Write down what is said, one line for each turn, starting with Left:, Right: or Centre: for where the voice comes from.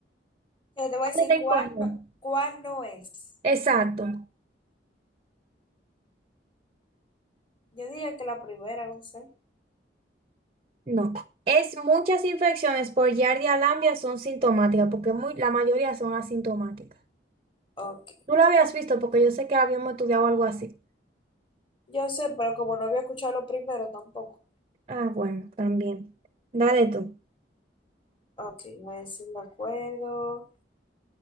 Left: Eh, te voy a decir
Right: Vale,
Left: cuál
Right: correcto.
Left: no, cuál no es.
Right: Exacto.
Left: Yo diría que la primera, no sé.
Right: No. Es muchas infecciones por Giardia lamblia son sintomáticas, porque muy, la mayoría son asintomáticas.
Left: Ok,
Right: Tú lo habías visto porque yo sé que habíamos estudiado algo así.
Left: yo sé, pero como no había escuchado lo primero tampoco.
Right: Ah, bueno, también. Dale tú.
Left: Ok, voy a decir de acuerdo.